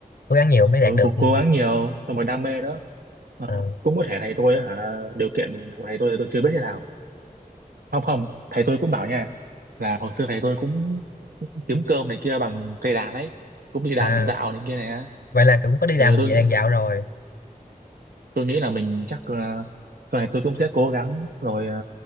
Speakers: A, on the left; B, on the right.
A: cố gắng nhiều mới
B: ừ
A: đạt được
B: cố,
A: ừ,
B: cố gắng nhiều xong rồi đam mê đó Ờ,
A: ờ.
B: cũng có thể thầy tôi hả điều kiện của thầy tôi thì tôi chưa biết như nào không không thầy tôi cũng bảo nha là hồi xưa thầy tôi cũng kiếm cơm này kia bằng cây đàn ấy cũng đi đàn
A: à
B: dạo này kia này á.
A: vậy là cũng có đi
B: ừ,
A: làm
B: tôi
A: về đàn dạo rồi
B: tôi nghĩ là mình chắc là sau này tôi cũng sẽ cố gắng rồi ờ,